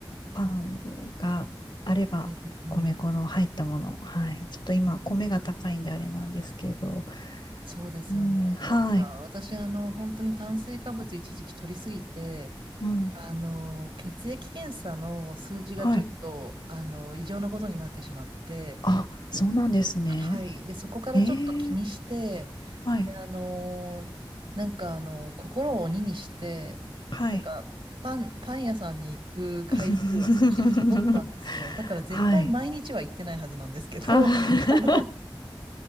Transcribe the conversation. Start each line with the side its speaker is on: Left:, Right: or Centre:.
Left: パンがあれば、
Right: うん、
Left: 米粉の入ったもの。はい。ちょっと今、米が高いんであれなんですけど。
Right: そうですよね。
Left: うん、はい。
Right: なんか私、あの、本当に炭水化物一時期取りすぎて、
Left: うん、
Right: あの、血液検査の数字がちょっと、
Left: はい。
Right: あの、異常なことになってしまって、
Left: あ、そうなんですね。
Right: はい。で、そこからちょっと気にして、
Left: えー、はい。
Right: で、あのーなんかあの心を鬼にして、
Left: はい。
Right: なんか、パン、パン屋さんに行く回数を少し絞ったんですよ。
Left: <laughs>
Right: だから絶対毎日は行ってないはずなんですけど、
Left: はい。は <laughs>
Right: <laughs> あの、